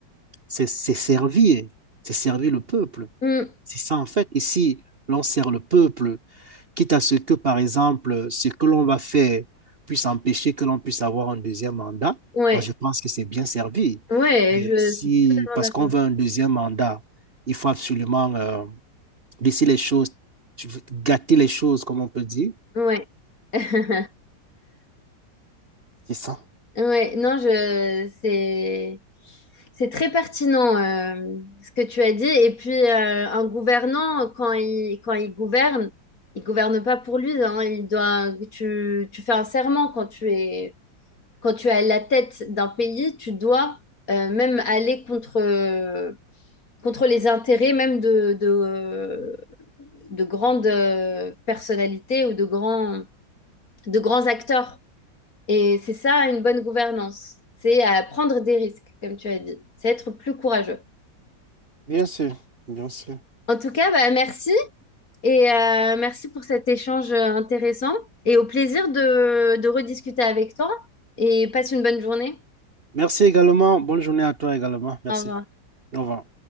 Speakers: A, on the right; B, on the left.
A: c'est c'est servir c'est servir le peuple
B: oui,
A: c'est ça en fait et si l'on sert le peuple quitte à ce que, par exemple, ce que l'on va faire puisse empêcher que l'on puisse avoir un deuxième mandat,
B: oui,
A: moi, je pense que c'est bien servi.
B: oui,
A: Mais
B: je
A: si,
B: suis totalement
A: parce
B: d'accord.
A: qu'on veut un deuxième mandat, il faut absolument euh, laisser les choses, gâter les choses, comme on peut dire.
B: Oui. <laughs>
A: C'est ça.
B: Ouais, non, je c'est c'est très pertinent euh, ce que tu as dit. Et puis euh, un gouvernant, quand il quand il gouverne, il gouverne pas pour lui, hein. il doit tu, tu fais un serment quand tu es quand tu es à la tête d'un pays, tu dois euh, même aller contre contre les intérêts même de de, de grandes euh, personnalités ou de grands de grands acteurs. Et c'est ça une bonne gouvernance, c'est à prendre des risques, comme tu as dit, c'est être plus courageux.
A: Bien sûr, bien sûr.
B: En tout cas, bah, merci et euh, merci pour cet échange euh, intéressant et au plaisir de, de rediscuter avec toi et passe une bonne journée.
A: Merci également. Bonne journée à toi également. Merci.
B: Au revoir.
A: Au revoir.